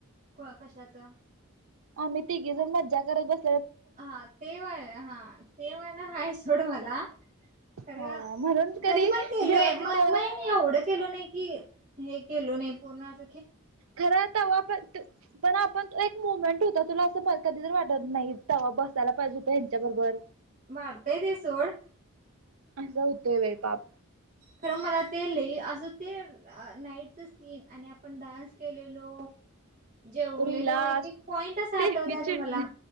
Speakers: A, on the right; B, on the right.
A: क <unintelligible> कशाचा
B: आम्ही तिघी जर मजा करत बस
A: हा ते वय हा ते वय ना हाय सोड मला खर
B: हा म्हणून कधी
A: तरी पण केलोय
B: जेव्हाच
A: म
B: तेव्हा
A: म एवढं केलो नाही कि हे केलो नाही पूर्ण अस
B: खर तवा आपण पण आपण एक मुमेंट होत तर तुला असं कधी तर वाटत नाही तवा बसायला पाहिजे होत त्या बरोबर
A: वाढतय ते सोड
B: अस होतय वेळीपाप
A: खर मला ते लय असं ते नाईटच सीन आणि आपण डान्स केलेलो जेवलेलो
B: रिला
A: एक एक पॉईंट
B: स्टेफी
A: असं आठवत्यात
B: चिड
A: मला